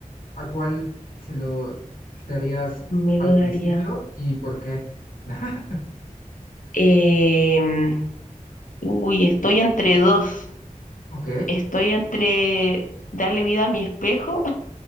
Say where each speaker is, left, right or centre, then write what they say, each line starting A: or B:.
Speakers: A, on the left; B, on the left.
A: a cuál se lo quitarías
B: me
A: al
B: lo daría.
A: principio y por qué? <laughs>
B: Em, uy, estoy entre dos.
A: Ok,
B: Estoy entre darle vida a mi espejo